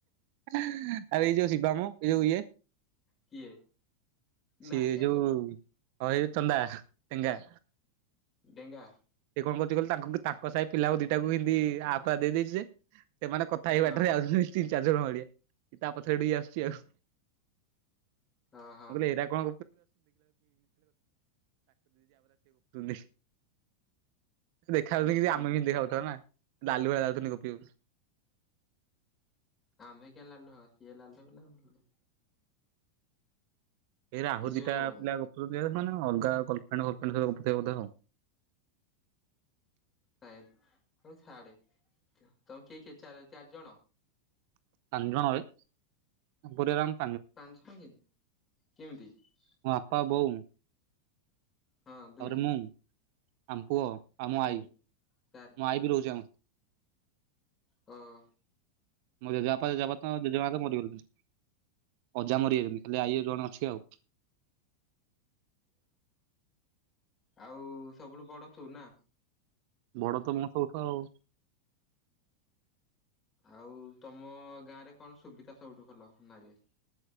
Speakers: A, on the right; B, on the left.
A: ଆରେ ଏଇ ଯଉ ସିବା ମୋ ଏ ଯୋଉଇଏ
B: କିଏ ନା
A: ସିଏ
B: କ୍ୟା
A: ଯୋଉ
B: କହୁ
A: ହଁ ଚନ୍ଦା ଟେଙ୍ଗା
B: ଡେଙ୍ଗା
A: କଣକହୁଚି କହିଲୁ ତାଙ୍କ ସାହି ପିଲା ଦିଟାକୁ ହେନ୍ଦୀ ଆପା ଦେଇଦେଇଛି ଯେ ସେମାନେ କଥା ହେଇ
B: ହଁ
A: ବାଟରେ ଆଉଛନ୍ତି ତିନି ଚାରି ଜଣ ଭଳିଆ ତା ପଛରେ ଗୋଟିଏ ଇଏ ଆସୁଛି ଆଉ ମୁଁ
B: ହଁ ହଁ
A: କହିଲି ଏଇରା କଣ <inaudible> ଦେଖାଯାଉଛି
B: ହୁଁ
A: କିରେ
B: ହୁଁ
A: ଆମେ ବି ସେମିତି ଦେଖାଯାଉଥିବା ନା। ଲାଳୁଆ ଯାଉଛନ୍ତି ଗପିବାକୁ।
B: ଆମେ କିଆ ଲାଲୁ ହବା ସେ ଲାଲୁ ହେବେନା।
A: ଏରା ଆହୁରି
B: ଏଇ ଯୋଉ
A: ଦିଇଟା ପିଲା ଗପୁଛନ୍ତି। ଏମାନେ ଅଲଗା ଗଲଫ୍ରେଣ୍ଡ ପଲଫ୍ରେଣ୍ଡ ସବୁ ଗପୁଥିବେ ବୋଧେ। <inaudible>
B: ହଉ ଛାଡେ ତମ କିଏ କିଏ ଚାରି ଜଣ।
A: <unintelligible>
B: <unintelligible>
A: ହଁ ବାପା ବୋଉ।
B: ହଁ ଦୁଇ
A: ତାପରେ ମୁଁ ଆମ ପୁଅ ଆଉ
B: ତିନି
A: ମୋ ଆଈ ମୋ
B: ଚାରି
A: ଆଈ ବି ରହୁଛି ଆମ।
B: ହଁ।
A: ମୋ ଜେଜେବାପା ଜେଜେମା ତ ମରିଗଲେନି। ଅଜା ମରିଯାଇଛନ୍ତି ଖାଲି ଆଇ ଜଣେ ଅଛି ଆଉ।
B: ଆଉ ସବୁଠୁ ବଡ ତୁ ନା।
A: ବଡ଼ ତ ମୁ ସବୁଠୁ ଆଉ।
B: ଆଉ ତମ ଗାଁ ରେ କଣ ସୁବିଧା ସବୁଠୁ ଭଲ ଲାଗେ।